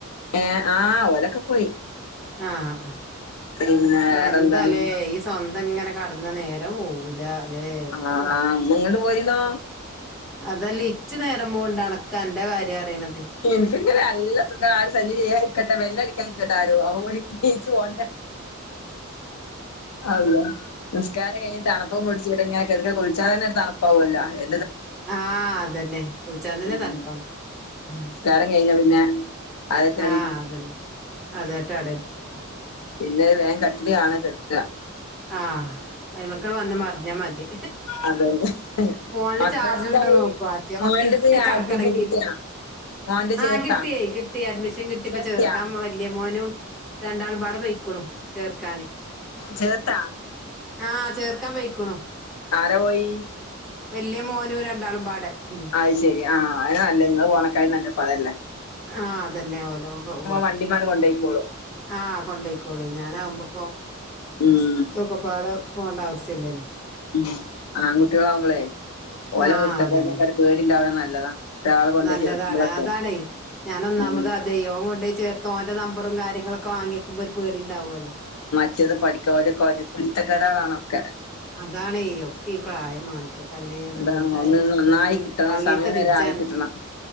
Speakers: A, on the left; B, in the centre.
A: ഏഹ് ആഹ് ഓലൊക്കെ പോയി
B: ആ അ
A: പിന്നെ വേറെന്താണ്
B: എന്താലേ ഈ സ്വന്തം ഇങ്ങനെ കടന്നാ നേരം പോവൂല ല്ലേ എന്താ
A: ആ ന്നാ ഇങ്ങട്ട് പോരീന്നാ
B: അതല്ലേ ഇച്ച് നേരമ്പോണ്ട്അണക്ക് അന്റെ കാര്യാ പറിണത്.
A: എനിക്ക്ങ്ങനെ നല്ല സുഖാ ആരും ശല്യം ചെയ്യാതിരിക്കട്ടെ ബെല്ല് അടിക്കാതിരിക്കട്ടെ ആരും അവ വി നീച്ചു പോണ്ടെ. അള്ള നിസ്കാരം കഴിഞ്ഞ് തണുപ്പും പിടിച്ചിവിടെ ഇങ്ങനെകെട്ന്ന് കുൾ ച്ചാ തന്നെ ഒരു തണപ്പാവുല്ലൊ ഏ
B: ആഹ് അതന്നെ കുൾച്ചാൻതന്നെ
A: ഉം
B: തണ്പ്പാണ്പ്പം മ്
A: നിസ്കാരം കഴിഞ്ഞാ പിന്നെ അതെറ്റാല്
B: ആ അതന്നെ അതേറ്റ് അടെയിരിക്കും.
A: പിന്നെ രു വേഗം കട്ടില് കാണു കെട്ക്ക
B: ആ അ മക്കൾ വന്ന് മറിഞ്ഞ മതി
A: അതന്നെ
B: ഫോണില്
A: മക്കളെന്തായി
B: ചാർജു ണ്ടോ നോക്കു ആദ്യ
A: മോന്റത്
B: കടക്കണെങ്കി
A: അഡ്മിഷൻ കിട്ടിയാ മോന്റെ
B: ആഹ്
A: ചേർത്താ
B: കിട്ടി കിട്ടി അഡ്മിഷൻ കിട്ടിപ്പ
A: ചേർത്തിയാ
B: ചേർക്കാ വലിയ മോനും രണ്ടാൾ പാട പയിക്കണും ചേർക്കാന്
A: ചേർത്താ
B: ആഹ് ചേർക്കാൻ പൊയിക്കുണു
A: ആരാ പോയി
B: വല്യ മോനും രണ്ടാളും പാടെ ഉം
A: അത് ശെരി ആഹ് അതാ നല്ലെ നിങ്ങള് പോണക്കായ് നല്ല പതല്ലേ.
B: ആഹ് അതന്നെ ഓലെ പോട്ടെ
A: വണ്ടിമ്മേണ്ട് കൊണ്ടോയിക്കോളും
B: ആഹ് കൊണ്ടയ് കോളി ഞാനാവുമ്പോപ്പോ
A: ഉം
B: ഒക്കപ്പാടെ പോണ്ട ആവസ്യം ഇല്ലല്ലോ
A: ഉം ആൺകുട്ടികളാവുമ്പളേ ഓലെ
B: ആഹ്
A: കുരുത്തക്കേടിനൊക്കെ
B: അതന്നെ
A: ഒരു പേടിണ്ടാക്ണത് നല്ലതാ ഒരാള് കൊണ്ടോയി
B: നല്ലതാണ്
A: ചേർക്കുമ്പളൊക്കെ
B: അതാണെ ഞാനൊന്നാമത്
A: ഉം
B: അതെ ഓന് കൊണ്ടേയ് ചേർത്ത ഓന്റെ നമ്പറും കാര്യങ്ങളൊക്കെ വങ്ങിക്കുമ്പോ ഒരു പേടിണ്ടാവുല്ലോ
A: റ്റത് പഠിക്ക്ണോലെക്കെ ഓലെ കുരുത്തക്കെടാണ് ണൊക്കെ
B: അതാണെയ് ഒക്കെ ഈ പ്രായം മാണിക്ക കല്ലെ ഒന്ന്
A: അതാണ്
B: വൽതായി
A: ഒന്ന്
B: കിട്ടുമ്പോഴത്തിന്
A: നന്നായി കിട്ടണം
B: പള്ളീത്തെ
A: സമയം
B: തിജ്ജാണ്
A: വരെ ആയി കിട്ടണം